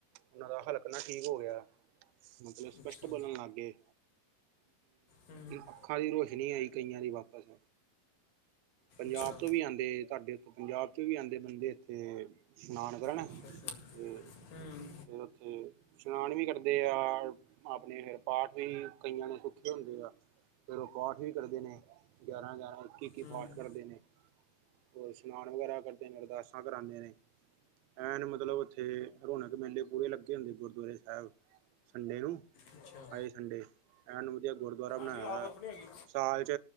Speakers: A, on the right; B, on the left.
A: ਉਹਨਾਂ ਦਾ ਹੱਲਕਨਾ ਠੀਕ ਹੋ ਗਿਆ। ਮਤਲਬ ਸਪਸ਼ਟ
B: ਅੱਛਾ
A: ਬੋਲਣ ਲਾਗੇ।
B: ਹਮ
A: ਅੱਖਾਂ ਦੀ ਰੋਸ਼ਨੀ ਆਈ ਕਈਆਂ ਦੀ ਵਾਪਸ। ਪੰਜਾਬ
B: ਅੱਛਾ
A: ਤੋਂ ਵੀ ਆਂਦੇ ਤੁਹਾਡੇ ਇੱਥੇ, ਪੰਜਾਬ ਚੋ ਵੀ ਆਂਦੇ ਬੰਦੇ ਇਥੇ ਇਸ਼ਨਾਨ ਕਰਨ।
B: ਅੱਛਾ ਅੱਛਾ
A: ਤੇ
B: ਹਮ
A: ਫੇਰ ਉੱਥੇ ਇਸ਼ਨਾਨ ਵੀ ਕਰਦੇ ਆ, ਆਪਣੇ ਫਿਰ ਪਾਠ ਵੀ ਕਈਆਂ ਦੇ ਸੁੱਖੇ ਹੁੰਦੇ ਆ। ਫੇਰ ਉਹ ਪਾਠ ਵੀ ਕਰਦੇ ਨੇ, ਗਿਆਰਾਂ- ਗਿਆਰਾਂ, ਇੱਕੀ- ਇੱਕੀ
B: ਹਮ
A: ਪਾਠ ਕਰਦੇ ਨੇ। ਹੋਰ ਇਸ਼ਨਾਨ ਵਗੈਰਾ ਕਰਦੇ ਨੇ, ਅਰਦਾਸਾਂ ਕਰਾਂਦੇ ਨੇ। ਐਨ ਮਤਲਬ ਉੱਥੇ ਰੌਣਕ ਮੇਲੇ ਪੂਰੇ ਲੱਗੇ ਹੁੰਦੇ ਗੁਰਦੁਆਰੇ ਸਾਹਿਬ। ਸੰਡੇ ਨੂੰ,
B: ਅੱਛਾ
A: ਆਏ ਸੰਡੇ ਐਨ ਵਧੀਆ। ਗੁਰਦੁਆਰਾ ਬਣਾਇਆ
B: ਨਹੀਂ ਆਹ
A: ਦਾ,
B: ਬਰਫ਼ ਨਹੀਂ ਹੈਗੀ
A: ਸਾਲ ਚ